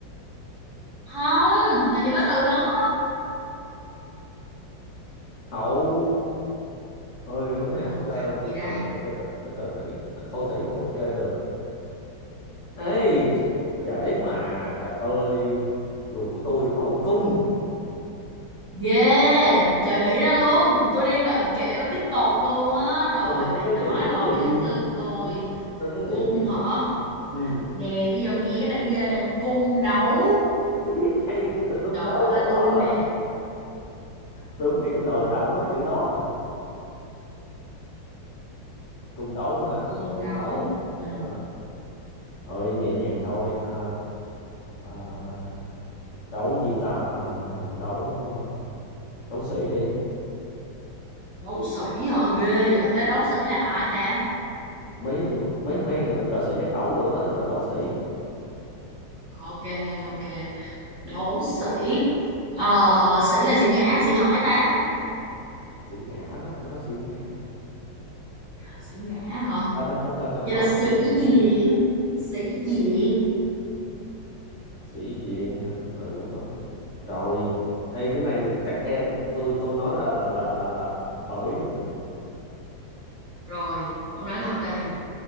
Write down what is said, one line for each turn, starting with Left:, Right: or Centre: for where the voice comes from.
Right: không làm gì có từ đó
Left: hậu ơi không
Right: ừ.
Left: cái này không chơi
Right: hậu
Left: được
Right: gì
Left: cái
Right: đây
Left: từ này không chơi được cái từ này là thô thiển không có chơi được ê trễ mà trời ơi ruột của tôi hậu cung
Right: yeah trời nghĩ ra luôn tôi đang định kiểu tiếp tục luôn á rồi
Left: Ê, là tính
Right: bạn
Left: lấy
Right: nói
Left: điểm
Right: rồi
Left: cái gì
Right: bây giờ tới lượt tôi
Left: ừ, tính lấy điểm
Right: cung
Left: gì
Right: hả
Left: ừ
Right: nè bây giờ nghe cái này mới ghê nè cung đấu
Left: <laughs> biết hay tôi đúng
Right: trời
Left: đấu
Right: ơi
Left: từ đó
Right: tôi
Left: mà
Right: mà
Left: tôi không nghĩ trong đầu thế nào cũng nói chữ đó mà cung đấu hả
Right: cung
Left: cung
Right: đấu
Left: đấu
Right: ừ.
Left: à, ơi nhẹ nhàng thôi à, à, đấu gì ta à, đấu à, đấu sĩ đi
Right: đấu sĩ hả ghê vậy Ê, đấu sĩ là ai ta
Left: mấy mấy mấy ờ, võ sĩ giác đấu rồi đó gọi là đấu sĩ
Right: ok ok đấu sĩ ờ, sĩ là sĩ nhã, hay sĩ hỏi ta
Left: sĩ ngã đó cái đó sĩ ngã
Right: sĩ ngã hả
Left: ta ta không ta, ta
Right: vậy
Left: nói
Right: là sĩ
Left: tự đúng
Right: diện sĩ diện
Left: sĩ diện hả? ừ đúng đúng rồi Ê, cái này chắc em tôi tôi nói là là là là, là bà bí luôn nè
Right: rồi ông nói thật đây